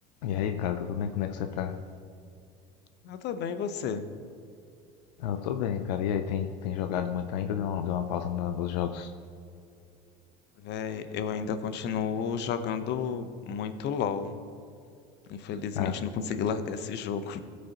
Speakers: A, on the left (about 80°); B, on the left (about 55°).
A: E aí, cara, tudo bem? Como é que você tá?
B: Eu tô bem, e você?
A: Ah, eu tô bem, cara. E aí, tem, tem jogado muito ainda? Deu uma, deu uma pausa no- nos jogos?
B: Véi, eu ainda continuo jogando muito LoL. Infelizmente,
A: Ah,
B: não consegui largar esse jogo.